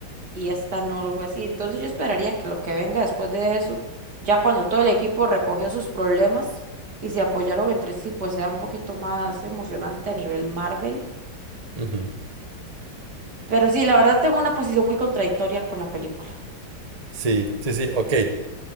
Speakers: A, on the right; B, on the right.
A: y esta no lo fue así. Entonces yo esperaría que lo que venga después de eso, ya cuando todo el equipo recogió sus problemas y se apoyaron entre sí, pues sea un poquito más emocionante a nivel Marvel.
B: ujú.
A: Pero sí, la verdad tengo una posición muy contradictoria con la película.
B: Sí, sí, sí, ok.